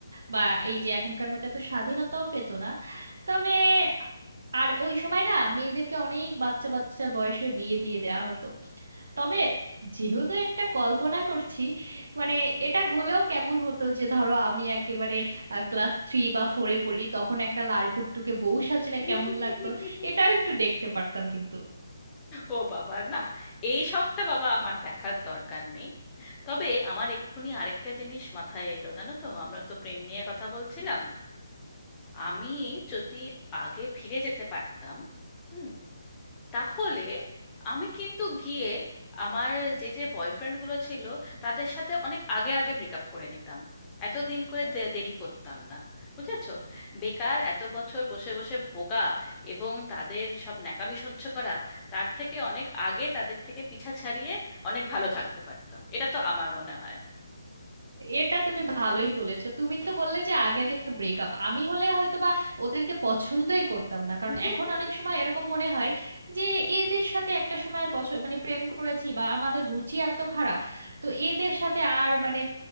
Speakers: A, on the right; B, on the left.
A: বা এই যে এখনকার মতো এত স্বাধীনতাও পেত না তবে আর ওই সময় না মেয়েদেরকে অনেক বাচ্চা বাচ্চা বয়সে বিয়ে দিয়ে দেওয়া হতো তবে যেহেতু একটা কল্পনা করছি মানে এটা হলেও কেমন হতো যে ধরো আমি একেবারে ক্লাস থ্রি বা ফোরে পড়ি তখন একটা লাল টুকটুকে বউ সাজলে
B: <laughs>
A: কেমন লাগতো এটাও একটু দেখতে পারতাম কিন্তু
B: ও বাবা না এই শখটা বাবা আমার দেখার দরকার নেই তবে আমার এক্ষুনি আরেকটা জিনিস মাথায় এলো জানো তো আমরা তো প্রেম নিয়ে কথা বলছিলাম আমি যদি আগে ফিরে যেতে পারতাম হুম তাহলে আমি কিন্তু গিয়ে আমার যে যে বয়ফ্রেন্ডগুলো ছিল তাদের সাথে অনেক আগে আগে ব্রেকআপ করে নিতাম এতদিন করে দে- দেরি করতাম না বুঝেছো বেকার এত বছর বসে বসে ভোগা এবং তাদের সব ন্যাকামি সহ্য করা তার থেকে অনেক আগে তাদের থেকে পিছা ছাড়িয়ে অনেক ভালো থাকতে পারতাম এটা তো আমার মনে হয়
A: এটা তুমি ভালোই বলেছো তুমি তো বললে যে আগে আগে ব্রেকআপ আমি হলে হয়তো বা ওদেরকে পছন্দই করতাম না কারণ
B: <laughs>
A: এখন অনেক সময় এরকম মনে হয় যে এদের সাথে একটা সময় পছ- মানে প্রেম করেছি বা আমাদের রুচি এত খারাপ তো এদের সাথে আর মানে